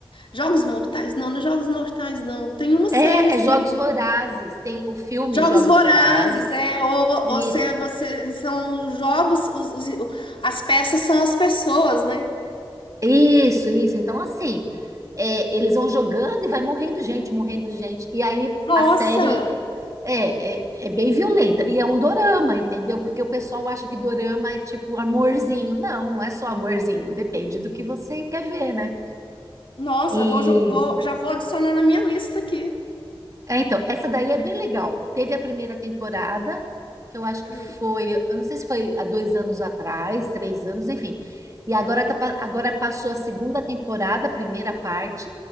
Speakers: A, on the left; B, on the right.
A: Jogos Mortais? Não, não é Jogos Mortais, não. Tem uma série
B: é,
A: assim,
B: é Jogos Vorazes. Tem o filme
A: Jogos
B: Jogos
A: Vorazes,
B: Vorazes.
A: é, ou vo-
B: Isso,
A: você, você, são os jogos, os, os- as peças são as pessoas, né?
B: Isso, isso. Então, assim, é, eles vão jogando e vai morrendo gente, morrendo gente. E aí
A: Nossa,
B: a série é, é, é bem violenta. E é um dorama, entendeu? Porque o pessoal acha que dorama é tipo amorzinho. Não, não é só amorzinho. Depende do que você quer ver, né?
A: nossa,
B: e
A: eu vou, jo- vou- já vou adicionar na minha lista aqui.
B: É, então, essa daí é bem legal. Teve a primeira temporada, que eu acho que
A: Hum,
B: foi, eu não sei se foi há dois anos atrás, três anos, enfim. E agora, tá pa- agora passou a segunda temporada, a primeira parte,